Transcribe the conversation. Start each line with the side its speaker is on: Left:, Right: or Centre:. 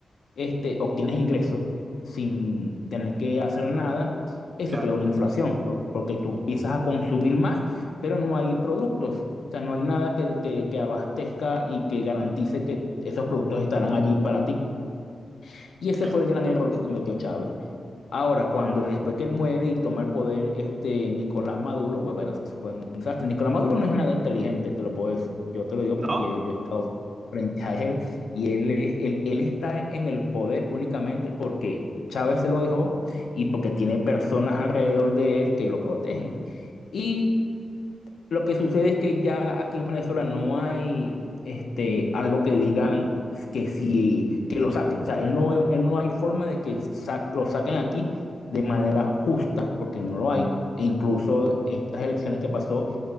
Left: este, obtienes ingresos sin tener que hacer nada, eso
Right: Claro,
Left: crea una inflación, por- porque tú empiezas a consumir más, pero no hay productos. O sea, no hay nada que, que que abastezca y que garantice que esos productos estarán allí para ti. Y ese
Right: claro.
Left: fue el gran error que cometió Chávez. Ahora, cuando después que él muere y toma el poder este Nicolás Maduro, bueno, eso fue un desastre. Nicolás Maduro no es nada inteligente, te lo puedo decir. Yo te lo digo
Right: ¿No?
Left: porque ya yo, yo he estado frente a él y él, es- él, él está en el poder únicamente porque Chávez se lo dejó y porque tiene personas alrededor de él que lo protegen. Y lo que sucede es que ya aquí en Venezuela no hay este, algo que digan que sí, que lo saquen. O sea, él no, él no hay forma de que sa- lo saquen aquí de manera justa, porque no lo hay. E incluso estas elecciones que pasó